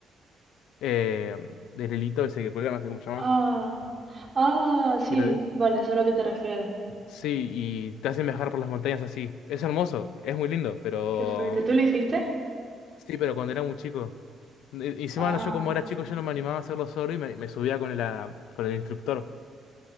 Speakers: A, on the left; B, on the right.
A: eh, del hilito ese que cuelga, no sé cómo se llama?
B: Ah, ah, sí.
A: ¿Tiroles?
B: Vale, eso es a lo que te refieres.
A: Sí, y te hacen viajar por las montañas así. Es hermoso, es muy lindo, pero
B: Qué fuerte. ¿Tú lo hiciste?
A: Sí, pero cuando era muy chico. Y- y Encima,
B: Ah.
A: no, yo como era chico, yo no me animaba a hacerlo solo y me, me subía con el, ah, con el instructor.